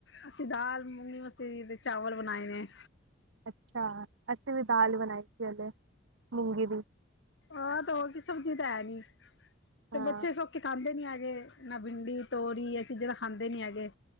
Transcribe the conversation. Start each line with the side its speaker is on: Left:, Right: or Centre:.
Left: ਅਸੀਂ ਦਾਲ, ਮੂੰਗੀ ਮਸਰੀ ਤੇ ਚਾਵਲ ਬਣਾਏ ਨੇ
Right: ਅੱਛਾ, ਅਸੀਂ ਵੀ ਦਾਲ ਬਣਾਈ ਸੀ ਹਲੇ ਮੂੰਗੀ ਦੀ
Left: ਆ ਤ ਹੋਰ ਕੀ ਤਾਂ ਸਬਜ਼ੀ ਤਾਂ ਹੈ ਨੀ ਤੇ
Right: ਹਾਂ
Left: ਬੱਚੇ ਸੋਕੇੇ ਖਾਂਦੇ ਨੀ ਹੈਗੇ, ਨਾ ਭਿੰਡੀ ਤੋਰੀ ਇਹ ਚੀਜ਼ਾਂ ਤਾਂ ਖਾਂਦੇ ਨੀ ਹੈਗੇ